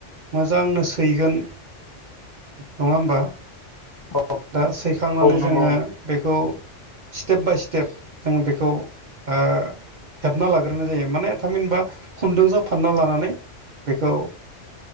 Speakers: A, on the right; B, on the left.
A: मोजांनो सैगोन नङा होमबा
B: औ
A: दा सैखांनानै
B: औ नंगौ
A: जोंङो बेखौ स्टेप बाय स्टेप जोंङो बेखौ ओ हेबना लाग्रोनाय जायो माने थामहिनबा खुन्दुंजों फानना लानानै बेखौ